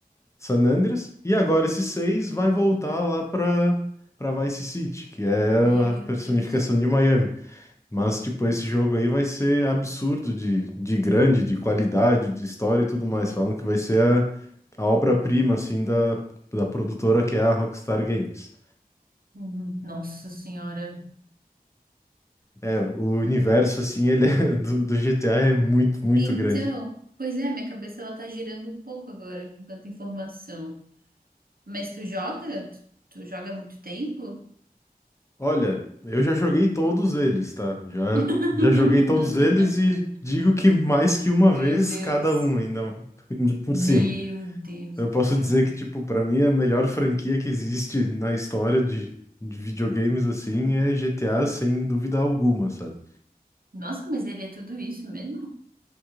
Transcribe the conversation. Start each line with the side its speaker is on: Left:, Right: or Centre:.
Left: San Andreas. E agora esse seis vai voltar lá para para Vice City, que é
Right: Meu
Left: a personificação
Right: Deus.
Left: de Miami. Mas, tipo, esse jogo aí vai ser absurdo de, de grande, de qualidade, de história e tudo mais. Falam que vai ser a, a obra-prima, assim, da, da produtora que é a Rockstar Games.
Right: Hum, Nossa Senhora.
Left: É, o universo, assim, ele é, <laughs> do, do GTA é muito, muito
Right: Então,
Left: grande.
Right: pois é, minha cabeça ela tá girando um pouco agora com tanta informação. Mas tu joga? Tu, tu joga há muito tempo?
Left: Olha, eu já joguei todos eles, tá? Já,
Right: <laughs>
Left: já joguei todos eles e digo que mais que uma
Right: Meu
Left: vez
Right: Deus.
Left: cada um ainda, <laughs> ainda por
Right: Meu
Left: cima.
Right: Deus
Left: Eu
Right: do
Left: posso
Right: céu.
Left: dizer que, tipo, pra mim a melhor franquia que existe na história de, de videogames, assim, é GTA, sem dúvida alguma, sabe?
Right: Nossa, mas ele é tudo isso mesmo?